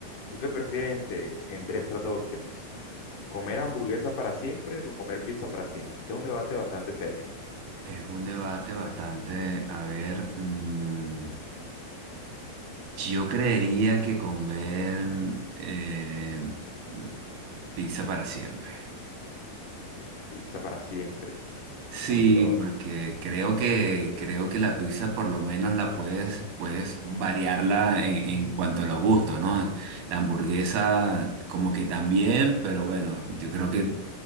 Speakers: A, on the left (about 65°); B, on the right (about 85°).
A: ¿tú qué prefieres entre, entre estas dos opciones? ¿Comer hamburguesa para siempre o comer pizza para siempre? Este es un debate bastante serio.
B: Es un debate bastante, a ver, mm, yo creería que comer eh, mm, pizza para siempre.
A: Pizza para siempre.
B: Sí,
A: Uy, bro.
B: porque creo que, creo que la pizza por lo menos la puedes, puedes variarla en, en cuanto a los gustos, ¿no? La hamburguesa como que también, pero bueno, yo creo que